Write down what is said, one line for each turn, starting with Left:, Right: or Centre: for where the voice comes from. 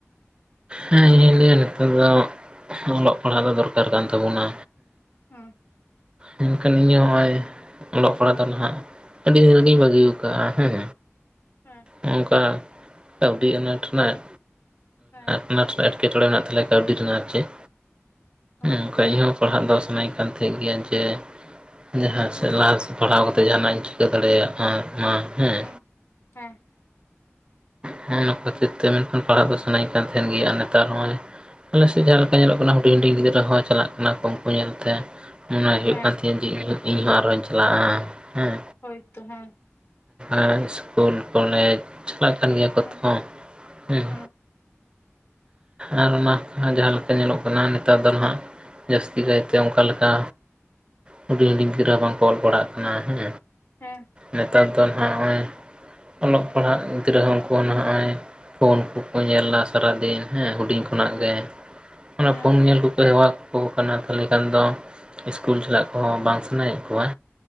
Right: ᱦᱮᱸ <unintelligible> ᱱᱮᱛᱚᱜ ᱫᱚ ᱚᱞᱚᱜ ᱯᱟᱲᱦᱟᱜ ᱫᱚ ᱫᱚᱨᱠᱟᱨ ᱠᱟᱱ ᱛᱟᱵᱚᱱᱟ᱾
Left: ᱦᱮᱸ
Right: ᱢᱮᱱᱠᱷᱟᱱ ᱤᱧ ᱦᱚᱸ ᱱᱚᱜ-ᱚᱭ ᱚᱞᱚᱜ ᱯᱟᱲᱦᱟᱜ ᱫᱚ ᱱᱟᱦᱟᱜ ᱟᱹᱰᱤ ᱨᱮᱜᱤᱧ ᱵᱟᱹᱜᱤ ᱟᱠᱟᱫ-ᱟ ᱦᱮᱸ
Left: ᱦᱮᱸ
Right: ᱦᱚᱝᱠᱟ ᱠᱟᱹᱣᱰᱤ ᱟᱱᱟᱴ ᱨᱮᱱᱟᱜ
Left: ᱦᱮᱸ
Right: ᱨᱮᱱᱟᱜ ᱮᱴᱠᱮᱴᱚᱬᱮ ᱢᱮᱱᱟᱜ ᱛᱟᱞᱮᱭᱟ ᱠᱟᱹᱣᱰᱤ ᱨᱮᱱᱟᱜ ᱪᱮᱫ
Left: ᱦᱳᱭᱛᱚ
Right: ᱚᱱᱠᱟ ᱤᱧᱦᱚᱸ ᱯᱟᱲᱦᱟᱜ ᱫᱚ ᱥᱟᱱᱟᱧ ᱠᱟᱱ ᱛᱟᱦᱮᱸᱫ ᱜᱮᱭᱟ ᱡᱮ ᱡᱟᱦᱟᱸ ᱥᱮᱫ ᱞᱟᱦᱟ ᱥᱮᱫ ᱯᱟᱲᱦᱟᱣ ᱠᱟᱛᱮᱫ ᱡᱟᱦᱟᱱᱟᱜ ᱤᱧ ᱪᱤᱠᱟᱹ ᱫᱟᱲᱮᱭᱟᱜ-ᱟ ᱢᱟ ᱦᱮᱸ
Left: ᱦᱩᱸ ᱦᱮᱸ
Right: ᱦᱚᱜᱼᱚᱱᱟ ᱠᱷᱟᱹᱛᱤᱨ ᱛᱮ ᱢᱮᱱᱠᱷᱟᱱ ᱯᱟᱲᱦᱟᱜ ᱫᱚ ᱥᱟᱱᱟᱧ ᱠᱟᱱ ᱛᱟᱦᱮᱱ ᱜᱮᱭᱟ ᱟᱨ ᱱᱮᱛᱟᱨ ᱦᱚᱸᱭ, ᱟᱞᱮᱥᱮᱜ ᱡᱟᱦᱟᱸ ᱞᱮᱠᱟ ᱧᱮᱞᱚᱜ ᱠᱟᱱᱟ, ᱦᱩᱰᱤᱧ ᱦᱩᱰᱤᱧ ᱜᱤᱫᱽᱨᱟᱹ ᱦᱚᱸ ᱪᱟᱞᱟᱜ ᱠᱟᱱᱟ ᱠᱚ ᱩᱱᱠᱩ ᱧᱮᱞᱛᱮ᱾ ᱢᱚᱱᱮᱭ ᱦᱩᱭᱩᱜ
Left: ᱦᱮᱸ
Right: ᱠᱟᱱ ᱛᱤᱧᱟᱹ ᱡᱮ ᱤᱧᱦᱚᱸ ᱟᱨᱦᱚᱸᱧ ᱪᱟᱞᱟᱜ-ᱟ ᱦᱮᱸ᱾
Left: ᱦᱳᱭ ᱛᱚ ᱦᱮᱸ᱾
Right: ᱟᱨ ᱤᱥᱠᱩᱞ, ᱠᱚᱞᱮᱡᱽ ᱪᱟᱞᱟᱜ ᱠᱟᱱ ᱜᱮᱭᱟ ᱠᱚᱛᱚ
Left: ᱦᱩᱸ
Right: ᱦᱮᱸ᱾
Left: ᱦᱩᱸ <inaudible>
Right: ᱟᱨ ᱚᱱᱟ ᱡᱟᱦᱟᱸ ᱞᱮᱠᱟ ᱧᱮᱞᱚᱜ ᱠᱟᱱᱟ ᱱᱮᱛᱟᱨ ᱫᱚ ᱱᱟᱦᱟᱸᱜ, ᱡᱟᱹᱥᱛᱤ ᱠᱟᱭᱛᱮ ᱚᱱᱠᱟ ᱞᱮᱠᱟ ᱦᱩᱰᱤᱧ ᱦᱩᱰᱤᱧ ᱜᱤᱫᱽᱨᱟᱹ ᱵᱟᱝᱠᱚ ᱚᱞ ᱯᱟᱲᱟᱜ ᱠᱟᱱᱟ ᱦᱮᱸ᱾
Left: ᱦᱮᱸ
Right: ᱱᱮᱛᱟᱨ ᱫᱚ ᱱᱟᱦᱟᱜ ᱦᱚᱜᱼᱚᱭ ᱚᱞᱚᱜ ᱯᱟᱲᱦᱟᱜ, ᱜᱤᱫᱽᱨᱟᱹ ᱦᱚᱸ ᱩᱱᱠᱩ ᱱᱚᱜ-ᱚᱭ ᱯᱷᱳᱱ ᱠᱚᱠᱚ ᱧᱮᱞᱟ ᱥᱟᱨᱟᱫᱤᱱ ᱦᱮᱸ ᱦᱩᱰᱤᱧ ᱠᱷᱚᱱᱟᱜ
Left: ᱦᱩᱸ
Right: ᱜᱮ᱾ ᱚᱱᱟ
Left: ᱦᱩᱸ
Right: ᱯᱷᱳᱱ ᱧᱮᱞ ᱠᱚᱠᱚ ᱦᱮᱣᱟ ᱠᱟᱠᱚ ᱠᱟᱱᱟ ᱛᱟᱦᱚᱞᱮ ᱠᱷᱟᱱ ᱫᱚ, ᱤᱥᱠᱩᱞ ᱪᱟᱞᱟᱜ ᱠᱚᱦᱚᱸ ᱵᱟᱝ ᱥᱟᱱᱟᱭᱮᱜ ᱠᱚᱣᱟ᱾